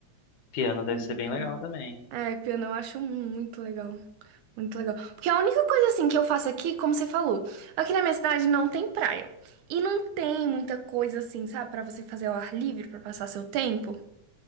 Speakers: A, on the left; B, on the right.
A: Piano deve
B: Muito.
A: ser bem legal também.
B: É, piano eu acho muito legal. Muito legal. Porque a única coisa assim que eu faço aqui, como você falou, aqui na minha cidade não tem praia. E não tem muita coisa assim, sabe, pra você fazer ao ar livre, pra passar seu tempo.